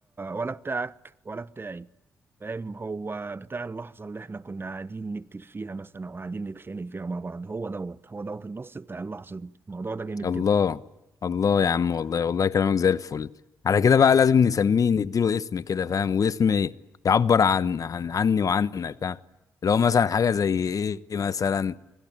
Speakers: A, on the right; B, on the left.
A: ولا بتاعك ولا بتاعي فاهم هو بتاع اللحظة اللي احنا كنا قاعدين نكتب فيها مثلا او قاعدين نتخانق فيها مع بعض هو دوت هو دوت النص بتاع اللحظة دي الموضوع ده جامد
B: الله
A: جدا
B: الله يا عم والله والله كلامك زي الفل على كده بقى لازم نسميه نديله اسم كده فاهم واسم يعبر عن عن عني وعنك فاهم لو مثلا حاجه زي ايه مثلا